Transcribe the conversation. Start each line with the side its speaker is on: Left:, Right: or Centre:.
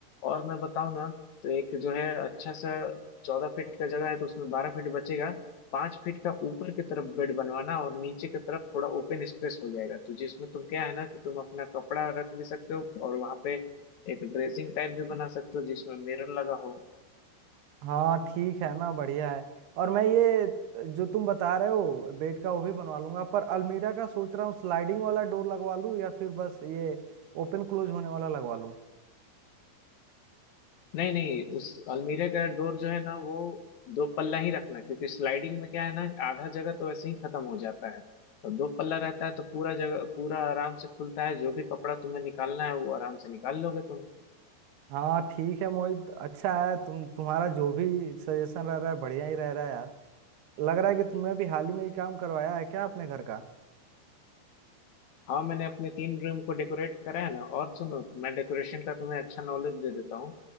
Left: और मैं बताऊँ ना तो एक जो है अच्छा सा चौदह फीट का जगह है तो उसमें बारह फीट बचेगा पांच फीट का ऊपर की तरफ बेड बनवाना और नीचे की तरफ थोड़ा ओपन स्पेस हो जाएगा तो जिसमें तुम क्या है ना कि तुम अपना कपड़ा रख भी सकते हो और वहां पे एक ड्रेसिंग टाइप भी बना सकते हो जिसमें मिरर लगा हो
Right: हाँ ठीक है ना बढ़िया है और मैं ये जो तुम बता रहे हो बेड का वो भी बनवा लूंगा पर अलमीरा का सोच रहा हूँ स्लाइडिंग वाला डोर लगवा लूँ या फिर बस ये ओपन क्लोज होने वाला लगवा लूँ
Left: नहीं नहीं उस अलमीरे का डोर जो है ना वो दो पल्ला ही रखना क्योंकि स्लाइडिंग में क्या है ना आधा जगह तो वैसे ही खत्म हो जाता है और दो पल्ला रहता है तो पूरा जगह पूरा आराम से खुलता है जो भी कपड़ा तुम्हें निकालना है वो आराम से निकाल लोगे तुम
Right: हाँ ठीक है मोहित अच्छा है तुम तुम्हारा जो भी सजेशन रह रहा है बढ़िया ही रह रहा है यार लग रहा है कि तुमने भी हाल ही में ही काम करवाया है क्या अपने घर का
Left: हाँ मैंने अपने तीन रूम को डेकोरेट करा है ना और सुनो मैं डेकोरेशन का तुम्हें अच्छा नॉलेज दे देता हूँ